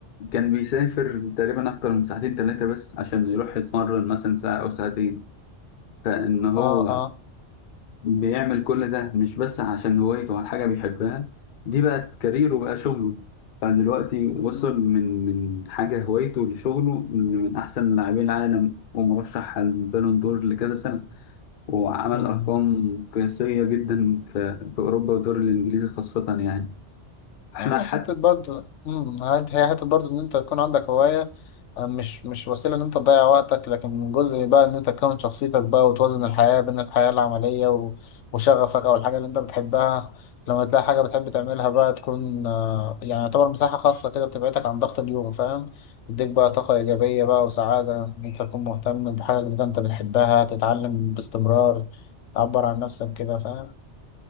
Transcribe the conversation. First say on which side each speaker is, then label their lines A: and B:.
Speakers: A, on the left; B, on the left.
A: كان بيسافر تقريبا أكتر من ساعتين تلاتة بس عشان يروح يتمرن مثلا ساعة أو ساعتين فإن هو
B: آه آه
A: بيعمل كل ده مش بس عشان هوايته أو حاجة بيحبها دي بقت كاريره بقى شغله فدلوقتي وصل
B: مم.
A: من من حاجة هوايته لشغله من أحسن لاعبين العالم ومرشح على البالون دور لكذا سنة وعمل
B: مم.
A: أرقام قياسية جدا في في أوروبا والدوري الإنجليزي خاصة يعني. احنا
B: آه،
A: حتى
B: حتة برضه أمم، عاد هي حتة برضه إن أنت يكون عندك هواية آه، مش مش وسيلة إن أنت تضيع وقتك لكن جزء بقى إن أنت تكون شخصيتك بقى وتوازن الحياة بين الحياة العملية و- وشغفك أو الحاجة اللي أنت بتحبها لما تلاقي حاجة بتحب تعملها بقى تكون آه، يعني يعتبر مساحة خاصة كده بتبعدك عن ضغط اليوم فاهم تديك بقى طاقة إيجابية بقى وسعادة إن أنت تكون مهتم بحاجة جديدة أنت بتحبها تتعلم باستمرار تعبر عن نفسك كده فاهم